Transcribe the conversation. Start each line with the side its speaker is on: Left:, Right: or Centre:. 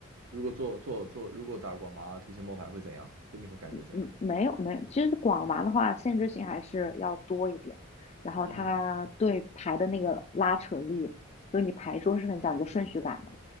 Right: 如果做做做，如果打广麻提前摸牌会怎样？会你会感觉怎样？
Left: 嗯，没有没有，其实广麻的话，限制性还是要多一点，然后它对牌的那个拉扯力，
Right: 嗯，
Left: 就你牌桌是很讲究顺序感的，